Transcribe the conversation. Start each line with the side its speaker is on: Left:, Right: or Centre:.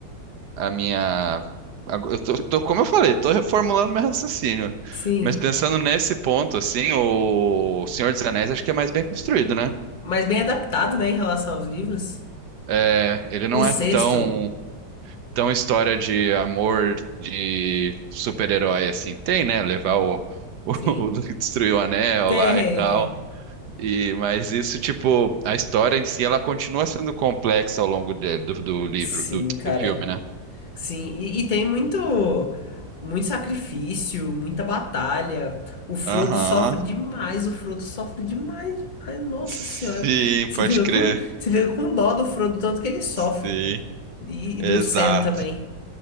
Right: a minha. ago- Eu tô, tô- como eu falei, tô reformulando meu raciocínio.
Left: Sim,
Right: Mas pensando nesse ponto, assim, o Senhor dos Anéis acho que é mais bem construído, né?
Left: mas bem adaptado, né, em relação aos livros.
Right: É, ele não
Left: O sexto,
Right: é tão, tão história de amor de super-herói assim. Tem, né? Levar o, <laughs>
Left: sim.
Right: o, destruir o anel
Left: Tem,
Right: lá e tal.
Left: é.
Right: E, mas isso, tipo, a história em si, ela continua sendo complexa ao longo dele- do, do livro,
Left: Sim,
Right: do,
Left: cara.
Right: do filme, né?
Left: Sim, e, e tem muito, muito sacrifício, muita batalha. O Frodo
Right: Aham.
Left: sofre demais, o Frodo sofre demais, demais. Nossa
Right: Sim,
Left: Senhora. Você
Right: pode
Left: fica
Right: crer.
Left: com, você fica com dó do Frodo, tanto que ele sofre.
Right: Sim.
Left: E,
Right: Exato.
Left: e do Sam também.